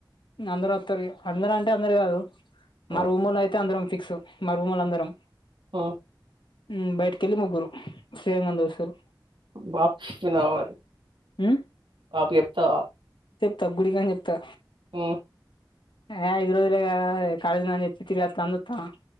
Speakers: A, on the left; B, on the right.
A: అందరూ అత్తరు ఇగా, అందరూ అంటే అందరు కాదు
B: హ్మ్
A: మా రూమోలు అయితే అందరం ఫిక్స్ మా రూమోల్లు అందరం
B: ఓ
A: హ్ బయటకెళ్ళి ముగ్గురు శ్రీరంగం దోస్తులు
B: వాప్సు వినా మరి
A: ఉమ్
B: వాపు చేప్తవా
A: త గుడి కని చెప్తా
B: ఆ
A: ఎ ఐదు రోజులేగా అది కాలేజ్ అని చెప్పి తిరిగత్తా అని చూత్తాన్నా